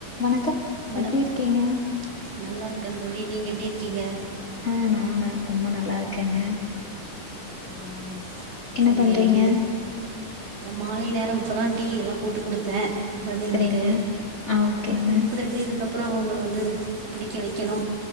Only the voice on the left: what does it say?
வணக்கம்
எப்படி இருக்கீங்க?
ஆ நானா ரொம்ப நல்லா இருக்கேங்க
என்ன
பண்றீங்க?
சரிங்க. ஆ ஓகேங்க.